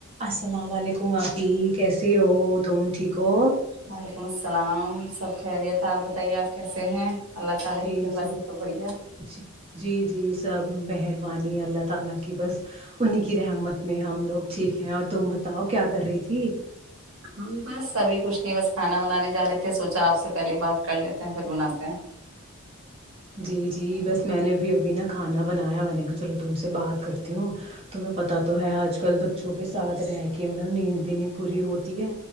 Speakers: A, on the right; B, on the right.
A: السلام وعلیکم آپی کیسے ہو تم ٹھیک ہو
B: وعلیکم السلام سب خیریت آپ بتائیے آپ کیسے ہیں اللہ تعالی
A: جی
B: کی کرپا
A: جی
B: سے سب بڑھیا
A: جی جی جی سب مہربانی اللہ تالا کی بس انہیں کی رحمت میں ہم لوگ ٹھیک ہے اور تم بتاؤ کیا کر رہی تھی
B: ہم بس سبھی کچھ نہیں بس کھانا بنانے جا رہے تھے سوچا آپ سے پہلے بات کر لیتے ہیں پھر بناتے ہیں
A: جی جی بس میں نے بھی ابھی نا کھانا بنایا میں نے کہا چلو تم سے بات کرتی ہوں تمہیں پتاہ تو
B: جی
A: ہے آج کل با چو کے ساتھ رہ کے مطلب نیند بھی نہیں پوری ہوتی ہے